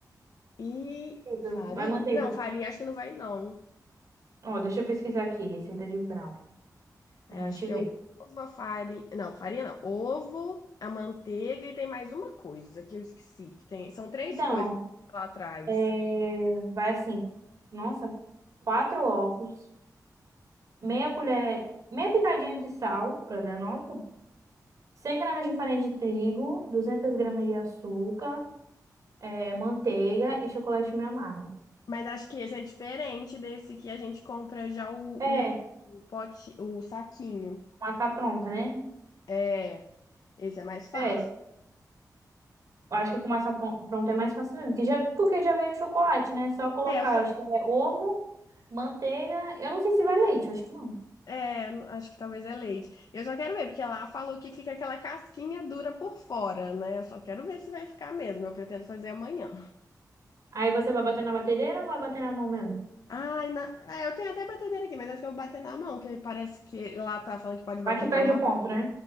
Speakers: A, on the left; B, on the right.
A: E
B: sentido.
A: farinha?
B: Vai manteiga.
A: Não, farinha acho que não vai, não.
B: Ó, deixa eu pesquisar aqui, receita de brown, pra
A: É,
B: gente
A: acho que
B: ver.
A: é o ovo, a farinha. Não, farinha não. Ovo, a manteiga e tem mais uma coisa que eu esqueci. Que tem... São três
B: Então,
A: coisas lá atrás.
B: é, vai assim. Nossa, quatro ovos, meia colher, meia pitadinha de sal, pra dar nota. cem gramas de farinha de trigo, 200 gramas de açúcar, é, manteiga e chocolate meio amargo.
A: Mas acho que esse é diferente desse que a gente compra já o,
B: É,
A: o, o pote, o saquinho.
B: mas tá pronta, né?
A: É, esse é mais fácil.
B: É, eu acho que com massa pron- pronta é mais fácil mesmo. Que já, porque já vem o chocolate, né? Só colocar,
A: É, eu só.
B: eu acho que é ovo, manteiga. Eu não sei se vai leite, eu acho que não.
A: É, acho que talvez é leite. Eu só quero ver, porque lá falou que fica aquela casquinha dura por fora, né? Eu só quero ver se vai ficar mesmo. Eu pretendo fazer amanhã.
B: Aí você vai bater na batedeira ou vai bater na mão mesmo?
A: Ai, na... é, eu tenho até batedeira aqui, mas acho que eu vou bater na mão, que parece que lá tá falando que pode bater
B: Vai que
A: na
B: perde
A: mão.
B: o ponto, né?